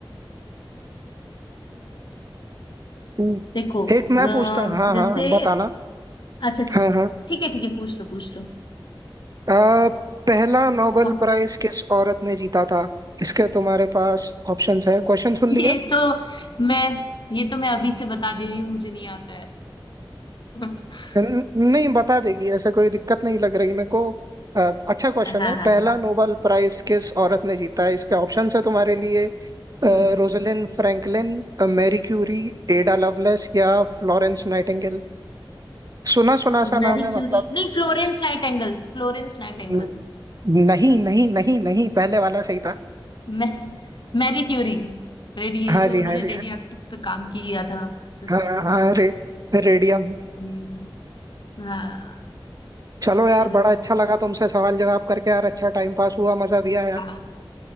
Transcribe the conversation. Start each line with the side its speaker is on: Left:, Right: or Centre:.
Right: हम्म,
Left: देखो
Right: एक मैं
Left: अ,
Right: पूछता हूँ हाँ हाँ
Left: जैसे
Right: बताना
Left: अच्छा ठीक
Right: हाँ हाँ
Left: ठीक है ठीक है पूछ लो पूछ लो
Right: अ, पहला नोबेल
Left: हाँ,
Right: प्राइज किस औरत ने जीता था इसके तुम्हारे पास ऑप्शंस है क्वेश्चन सुन लिया
Left: ये तो मैं ये तो मैं अभी से बता दे रही हूँ मुझे नहीं आता है <laughs>
Right: न- नहीं बता देगी ऐसा कोई दिक्कत नहीं लग रही मेरे को अ, अच्छा क्वेश्चन
Left: हाँ
Right: है
Left: हाँ
Right: पहला
Left: हाँ
Right: नोबेल प्राइज किस औरत ने जीता है इसके ऑप्शंस है तुम्हारे लिए
Left: हम्म
Right: Rosalind Franklin Marie Curie Ada Lovelace या फ्लोरेंस नाइटिंगेल सुना सुना सा
Left: मैरी
Right: नाम है
Left: क्यूरी
Right: मतलब
Left: नहीं फ्लोरेंस नाइटेंगल फ्लोरेंस नाइटेंगल
Right: न- नहीं नहीं नहीं नहीं पहले वाला सही था
Left: मैं मैरी क्यूरी रेडिए
Right: हाँ
Left: जो
Right: जी
Left: उन्होंने
Right: हाँ जी
Left: रेडियो
Right: हाँ
Left: एक्टिव पे काम किया था इस
Right: हाँ
Left: वजह से
Right: हाँ, रे, रेडियम
Left: हम्म हाँ
Right: चलो यार
Left: चलो
Right: बड़ा अच्छा लगा तुमसे सवाल जवाब करके यार अच्छा टाइम पास हुआ मजा भी आया
Left: हाँ